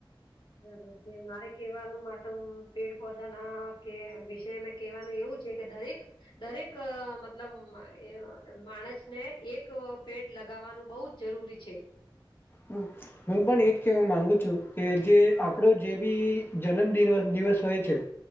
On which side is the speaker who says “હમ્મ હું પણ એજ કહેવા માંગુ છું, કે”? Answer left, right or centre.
Left